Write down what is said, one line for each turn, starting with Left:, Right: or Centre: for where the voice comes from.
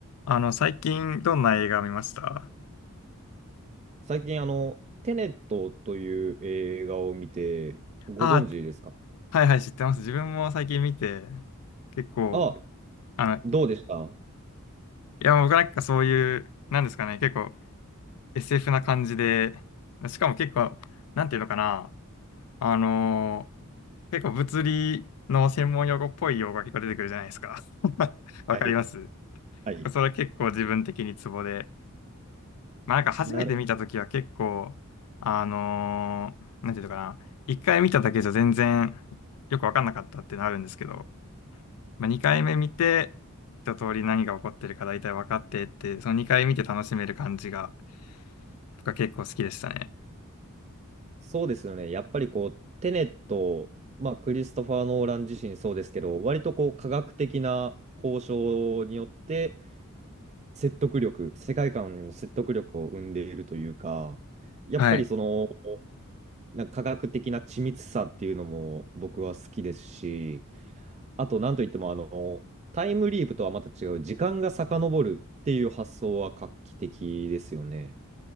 Left: あの、最近どんな映画見ました
Right: 最近、あの、テネットという映画を見て、ご存知ですか
Left: ああ、はいはい、知ってます。自分も最近見て、結構、
Right: あ、
Left: あの、い
Right: どうでしたは
Left: や、僕なんかそういう、なんですかね、結構 SF な感じで、しかも結構、なんていうのかな、あのー結構物理の専門用語っぽい用語が結構出てくるじゃないですか。<laughs> わかります
Right: い、はい、
Left: それ結構自分的にツボで、まあなんか初めて見た時は結構、
Right: なるほど。
Left: あのーなんていうのかな、一回見ただけじゃ全然よくわかんなかったってなるんですけど、まあ、二回目見て、一通り何が起こってるか大体分かってって、その二回見て楽しめる感じが、僕は結構好きでしたね。
Right: そうですよね。やっぱりこう、テネット、まあ、クリストファー・ノーラン自身そうですけど、割とこう、科学的な交渉によって、説得力、世界観の説得力を生んでいるというか、やっぱりその、
Left: はい。
Right: なんか科学的な緻密さっていうのも僕は好きですし、あと、なんといっても、あの、タイムリープとはまた違う、時間が遡るっていう発想は画期的ですよね。